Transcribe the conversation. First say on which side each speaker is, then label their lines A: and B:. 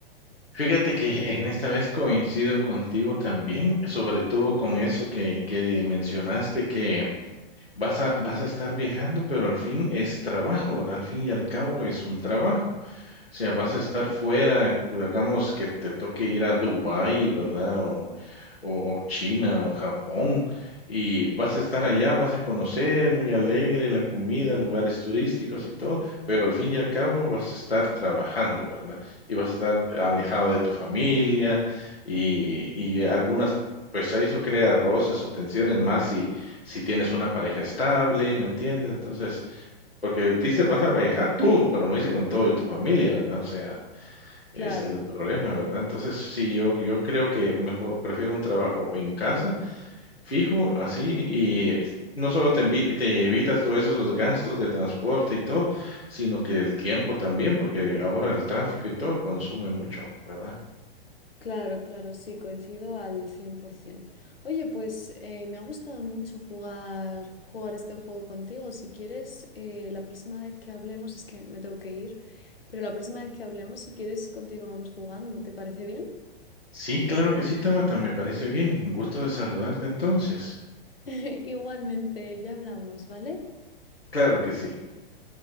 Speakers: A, on the left; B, on the left.
A: Fíjate que en esta vez coincido contigo también, sobre todo con eso que, que mencionaste, que vas a, vas a estar viajando, pero al fin es trabajo, ¿verdad? Al fin y al cabo es un trabajo. sea, vas a estar fuera, pues, digamos que te toque ir a Dubái, ¿verdad? O, o, o China o Japón, y vas a estar allá, vas a conocer, muy alegre, la comida, lugares turísticos y todo, pero al fin y al cabo vas a estar trabajando, ¿verdad? Y vas a estar alejado de tu familia y, y algunas... Pues eso crea roces o tensiones más si, si tienes una pareja estable, ¿me entiendes? Entonces, porque dice, vas a viajar tú, pero no dice con todo y tu familia, ¿verdad? O sea,
B: Claro,
A: ese es el problema, ¿verdad? Entonces, sí, yo, yo creo que mejor prefiero un trabajo en casa, fijo, así, y es- no solo te, envi- te evitas todos esos gastos de transporte y todo, sino que el tiempo también, porque ahora el tráfico y todo consume mucho, ¿verdad?
B: claro, claro, sí, coincido al 100%. Oye, pues eh, me ha gustado mucho jugar, jugar este juego contigo. Si quieres, eh, la próxima vez que hablemos, es que me tengo que ir, pero la próxima vez que hablemos, si quieres, continuamos jugando. ¿Te parece bien?
A: Sí, claro que sí, Tabata, me parece bien. Gusto de saludarte entonces.
B: <laughs> Igualmente, ya hablamos, ¿vale?
A: Claro que sí.